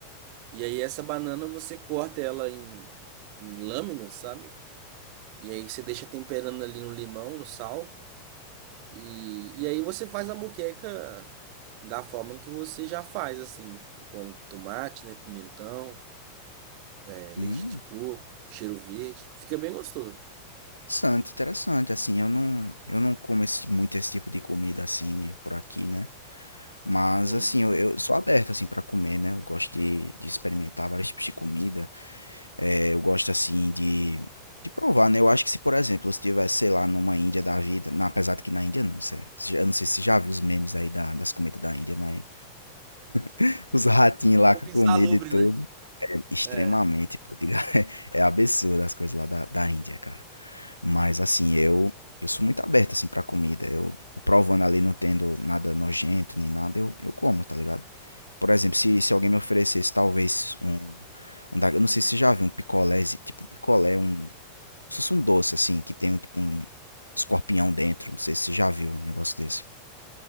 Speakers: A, on the right (about 45°); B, on the left (about 85°).
A: E aí, essa banana você corta ela em, em lâminas, sabe? E aí você deixa temperando ali no limão, no sal. E, e aí você faz a moqueca da forma que você já faz, assim, tipo, com tomate, né? Pimentão. é,
B: Hum,
A: leite de coco, cheiro verde. Fica bem gostoso.
B: interessante, interessante. Assim, eu não, eu não como esse, muito esse tipo de comida assim por aqui, né? Mas
A: Hum.
B: assim,
A: Um
B: eu, eu sou aberto assim para comer, né? Eu gosto de, de experimentar vários tipos de comida. É, eu gosto assim de, de provar, né? Eu acho que se, por exemplo, se tivesse, sei lá, numa Índia da vida, na- apesar de que na Índia não, você, você já- eu não sei se você já viu os memes aí da- das comidas da Índia, mas <laughs> os ratinhos lá
A: pouco
B: com a comida
A: insalubre,
B: e tudo.
A: né?
B: É extremamente,
A: É.
B: pô, diga, <laughs> é absurdo as coisas lá da, da Índia, cara. Mas assim, eu eu sou muito aberto assim para comida. Eu, eu provando ali não tendo nada nojento nem nada, eu, eu como, tá ligado? Por exemplo, se, se alguém me oferecesse talvez um, um da- eu não sei se você já viu um picolé, tipo um picolé, um, como se fosse um doce assim, que tem um tipo um escorpião dentro, não sei se você já viu um negócio desse.